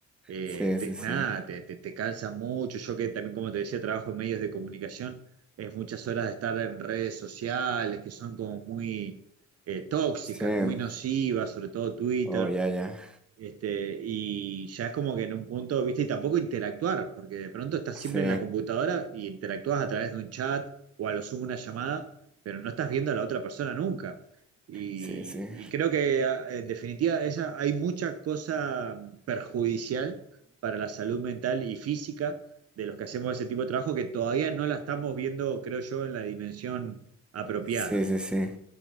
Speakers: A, on the right; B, in the centre.
A: Eh,
B: Sí, sí,
A: te-
B: sí.
A: nada, te, te, te cansa mucho. Yo que también, como te decía, trabajo en medios de comunicación, es muchas horas de estar en redes sociales que son como muy eh, tóxicas,
B: Sí.
A: muy nocivas, sobre todo Twitter.
B: Oh, ya, ya.
A: Este, y ya es como que en un punto, viste, y tampoco interactuar, porque de pronto estás
B: Sí,
A: siempre en la computadora y interactúas a través de un chat o a lo sumo una llamada, pero no estás viendo a la otra persona nunca. Y,
B: sí, sí.
A: y creo que a- en definitiva esa, hay mucha cosa perjudicial para la salud mental y física de los que hacemos ese tipo de trabajo que todavía no la estamos viendo, creo yo, en la dimensión apropiada.
B: Sí, sí, sí.